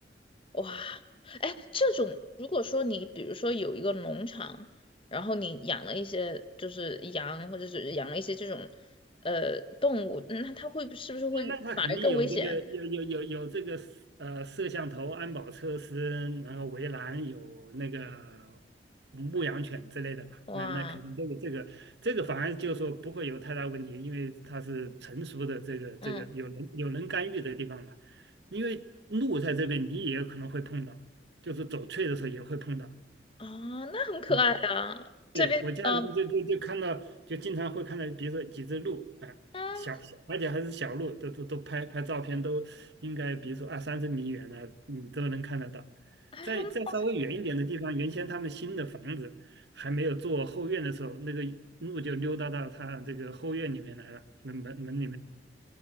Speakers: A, on the left; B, on the right.
A: 哇，哎，这种如果说你比如说有一个农场，然后你养了一些就是羊或者是养了一些这种呃动物，那它会是不是会反而更危险？
B: 那那他肯定有这个有有有有这个呃摄像头、安保措施，然后围栏有那个牧羊犬之类的吧？
A: 哇，
B: 那那肯定这个这个这个反而就是说不会有太大问题，因为它是成熟的这个这个有人有人干预的地方嘛。
A: 嗯。
B: 因为路在这边你也有可能会碰到，就是走翠的时候也会碰到
A: 啊，那很可爱啊。
B: 啊。对，
A: 这边，
B: 我家人就就就看到，
A: 嗯、
B: 就经常会看到，比如说几只鹿，哎，
A: 呃、嗯，
B: 小小，而且还是小鹿，都都都拍拍照片，都应该比如说二三十米远啊，你都能看得到。
A: 还好呢。
B: 再再稍微远一点的地方，原先他们新的房子还没有做后院的时候，那个鹿就溜达到他这个后院里面来了，那门门里面。